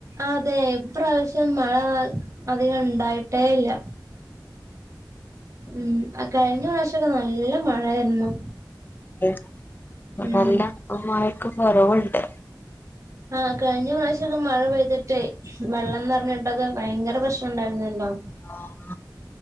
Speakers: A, on the right; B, on the left.
A: അതെ ഇപ്രവിശ്യാം മഴ അധികം ഇണ്ടായിട്ടേയില്ല ഉം അ കഴിഞ്ഞ പ്രാവിശൊക്കെ നല്ല മഴയായ്ര്ന്നു.
B: ആഹ് അ
A: ഉം
B: നല്ലമായിട്ട് കൊറവ്ണ്ട്.
A: ആഹഹ് കഴിഞ്ഞ പ്രാവശ്യൊക്കെ മഴ പെയ്തിട്ടേ. വെള്ളം നെറഞ്ഞിട്ടത് ഭയങ്കര പ്രശ്നണ്ടായിരുന്നല്ലോ.
B: ആഹ്